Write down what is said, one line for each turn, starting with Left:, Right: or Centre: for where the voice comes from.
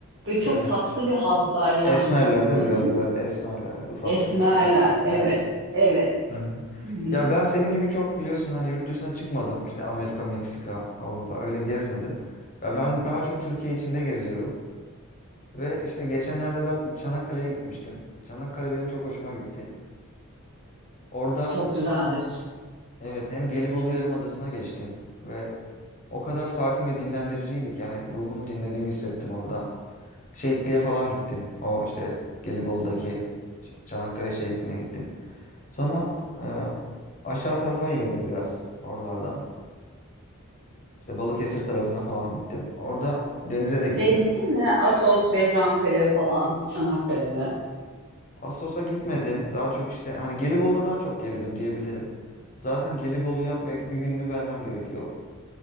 Right: böyle çok
Left: Evet.
Right: tatlı bir halklar yani.
Left: Esmerlerden
Right: Hı hı.
Left: biraz biraz esmerler. Ufak
Right: Esmerler.
Left: tefek esmer.
Right: Evet.
Left: Evet.
Right: Evet.
Left: Hı hı.
Right: Hı hı.
Left: Ya ben senin gibi çok biliyorsun hani yurt dışına çıkmadım. İşte Amerika, Meksika, Avrupa öyle gezmedim. Ya ben daha çok Türkiye içinde geziyorum. Ve işte geçenlerde ben Çanakkale'ye gitmiştim. Çanakkale benim çok hoşuma gitti. Orada
Right: Çok güzeldir.
Left: evet hem Gelibolu Yarımadası'na geçtim ve o kadar sakin ve dinlendiriciydik. Yani ruhumu dinlediğimi hissettim orada. Şehitliğe falan gittim. O işte Gelibolu'daki Ç- Çanakkale Şehitliği'ne gittim. Sonra e, aşağı tarafa indim biraz oralardan. İşte Balıkesir tarafına falan gittim. Orada denize de girdim.
Right: Şey gittin mi? Assos, Behramkale falan Çanakkale'de.
Left: Assos'a gitmedim. Daha çok işte hani Gelibolu'da daha çok gezdim diyebilirim. Zaten Gelibolu'ya belki bir gününü vermen gerekiyor.